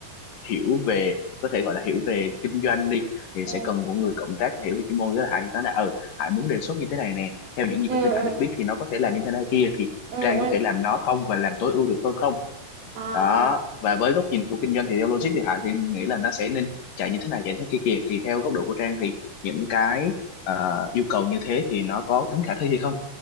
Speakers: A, on the left (about 60°); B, on the right (about 75°).
A: hiểu về có thể gọi là hiểu về kinh doanh đi thì
B: ừ
A: sẽ cần một người cộng tác hiểu về chuyên môn với là Hải nói là ừ Hải muốn đề xuất như thế này nè theo những gì
B: ừ
A: thông tin
B: ừ
A: Hải được biết thì nó có thể làm như thế này kia thì
B: ừ
A: Trang
B: ừ.
A: có thể làm nó không và làm tối ưu được hơn không
B: ờ,
A: đó
B: ờ.
A: và với góc nhìn của kinh doanh thì theo logic thì Hải thì nghĩ là nó sẽ nên chạy như thế này chạy thế kia kìa thì theo góc độ của Trang thì những cái ờ, yêu cầu như thế thì nó có tính khả thi hay không